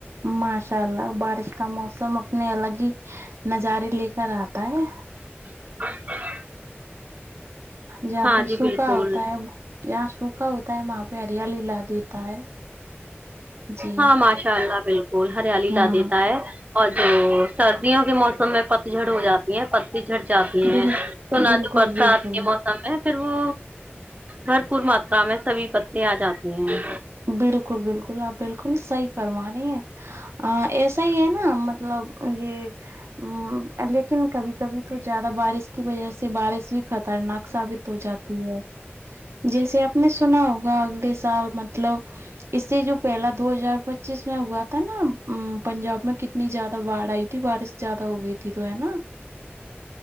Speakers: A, on the right (about 75°); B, on the right (about 35°).
A: ماشاء اللہ بارش کا موسم اپنے الگ ہی نظارے لے کر آتا ہے
B: <unintelligible>
A: جہاں
B: ہاں
A: پے
B: جی
A: سوکھا
B: بالکل
A: ہوتا ہے جہاں سوکھا ہوتا ہے وہاں پے ہریالی لا دیتا ہے جی
B: ہاں ماشاء اللہ بالکل ہریالی
A: ہوں
B: لا دیتا ہے اور جو سردیوں کے موسم میں پتجھڑ ہو جا یے پتی جھڑ جاتی
A: بال
B: ہیں تو نہ
A: بالکل
B: جو برسات
A: بالکل
B: کے موسم میں پھر وہ بھرپور ماترا میں سبھی پتے اجاتے ہیں
A: بالکل بالک آپ بالکل صحیح فرما رہی ہیں آ ایسا ہی ہے نا مطلب یے آمم لیکن کبھی کبھی تو زیادہ بارش کی وجہ سے بارش بھی خطرناک ثابت ہو جاتی تی ہے جیسے آپ نے سنا ہوگا اگلے سال مطلب اس سے جو پہلا دو ہزار پچیس میں ہوا تھا نا پنجاب میں کتنی زیادہ باڑھ آئی تھی بارش زیادہ ہو گئی تھی تو ہے نا